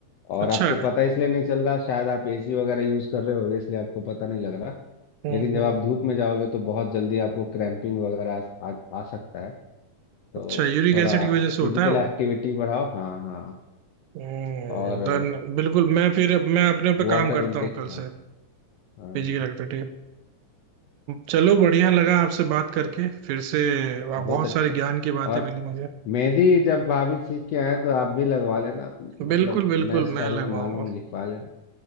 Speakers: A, on the left; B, on the right.
A: और
B: अच्छा
A: आपको पता इसलिए नहीं चल रहा शायद आप एसी वगैरह यूज़ कर रहे होगे इसलिए आपको पता नहीं लग रहा
B: हम्म
A: लेकिन जब
B: हम्म,
A: आप धूप में जाओगे तो बहुत जल्दी आपको क्रैम्पिंग वगैरह आ, आ, आ सकता है तो
B: अच्छा यूरिक
A: थोड़ा
B: एसिड की वजह से
A: फिजिकल
B: होता है
A: एक्टिविटी
B: वो
A: बढ़ाओ हाँ हाँ
B: हम्म
A: और
B: डन बिल्कुल मैं फिर मैं अपने पे
A: वाटर
B: काम करता
A: इनटेक
B: हूँ कल
A: हाँ
B: से
A: हाँ
B: Physical activity चलो बढ़िया लगा आपसे बात करके फिर से
A: बहुत
B: बहुत
A: अच्छा
B: सारे ज्ञान की बातें
A: और
B: मिली मुझे
A: मेहंदी जब भाभी सीख के आए तो आप भी लगवा लेना अपनी- मतलब
B: बिल्कुल बिल्कुल
A: नए स्टाइल
B: मैं
A: में
B: लगवाऊंगा
A: नाम वाम लिखवा लेना